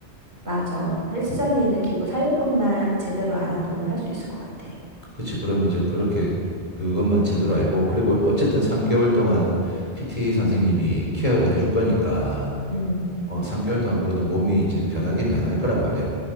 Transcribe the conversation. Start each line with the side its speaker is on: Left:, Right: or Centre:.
Right: 맞아. 헬스장에
Left: 음.
Right: 있는 기구 사용법만 제대로 알아도 할 수 있을 것 같아.
Left: 그치. 그럼 이제 그렇게 그것만 제대로 알고, 그리고 어쨌든 3개월 동안 PT
Right: 음.
Left: 선생님이 케어를 해줄 거니까,
Right: 음,
Left: 어, 3개월 동안 그래도 몸이 이제 변하긴 변할 거란 말이야.